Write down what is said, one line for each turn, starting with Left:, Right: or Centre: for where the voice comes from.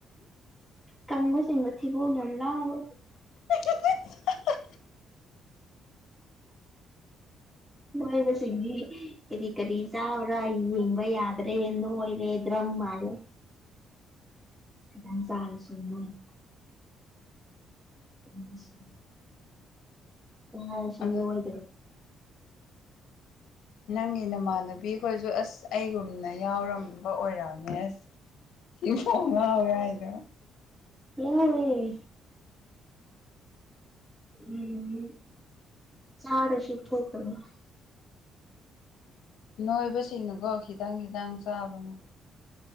Centre: ꯀꯥꯡꯕꯨꯁꯤ ꯝꯊꯤꯕꯣꯡ ꯌꯥꯝ ꯂꯧꯏ
Left: <inaudible>
Centre: ꯅꯣꯏꯕꯁꯤꯡꯗꯤ ꯀꯔꯤ ꯀꯔꯤ ꯆꯥꯕ꯭ꯔꯥ ꯌꯦꯡꯕ ꯌꯥꯗ꯭ꯔꯦ ꯅꯣꯏꯔꯦ ꯃꯥꯜꯂꯦ ꯈꯤꯇꯪ ꯆꯥꯔꯁꯨ ꯅꯣꯏꯌꯦ <inaudible> ꯆꯔꯥꯁꯨ
Left: ꯑꯗꯨ
Centre: ꯅꯣꯏ
Left: ꯅꯪꯒꯤ ꯅꯃꯥꯟꯅꯕꯤꯈꯣꯏꯁꯨ ꯑꯁ ꯑꯩꯒꯨꯝꯅ ꯌꯥꯎꯔꯝꯕ ꯑꯣꯏꯔꯝꯃꯦ ꯑꯁ ꯑꯩꯐꯧ ꯉꯧꯏ ꯍꯥꯏꯗꯣ
Centre: ꯌꯧꯏ ꯎꯝ ꯆꯔꯁꯨ ꯊꯣꯛꯇꯥꯕꯅꯤ
Left: ꯅꯣꯏꯕꯁꯤꯡꯅꯀꯣ ꯈꯤꯇꯪ ꯈꯤꯇꯪ ꯆꯥꯕꯅꯦ